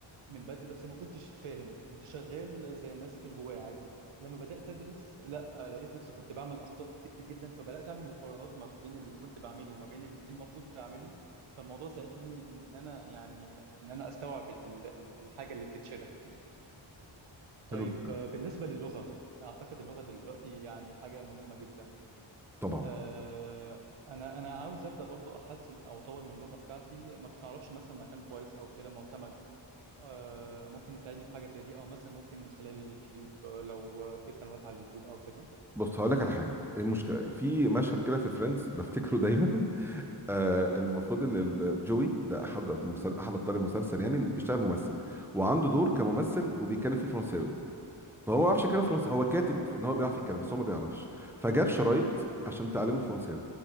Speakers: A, on the right; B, in the centre.
A: من بدري بس ما كنتش فاهم كنت شغال زي الناس الهواة عادي لما بدأت أدرس لا لقيت نفسي كنت بعمل أخطاء كتير جدا فبدأت أعمل مقارنات ما بين اللي كنت بعمله وما بين اللي المفروض أعمله فالموضوع ساعدني إن أنا يعني إن أنا أستوعب ال- ال- الحاجة اللي بتتشرح دي طيب
B: حلو جدا
A: آه، بالنسبة للغة أعتقد اللغة دلوقتي يعني حاجة مهمة جدا
B: طبعا
A: آه، أنا أنا عاوز أبدأ برضو أحسن أو أطور من اللغة بتاعتي ما تعرفش مثلا مكان كويس أو كده معتمد آه، ممكن يساعدني في حاجة زي دي أو مثلا ممكن من خلال اليوتيوب آه، لو آه، في قنوات على اليوتيوب أو كده
B: بص هقول لك على حاجه المشكله في مشهد كده في فريندز بفتكره دايما <laughs> آه المفروض ان ال- جوي ده احد المسل... احد ابطال المسلسل يعني بيشتغل ممثل وعنده دور كممثل وبيتكلم فيه فرنساوي فهو ما بيعرفش يتكلم فرنسي هو كاتب ان هو بيعرف يتكلم بس هو ما بيعرفش فجاب شرايط عشان تعلمه فرنساوي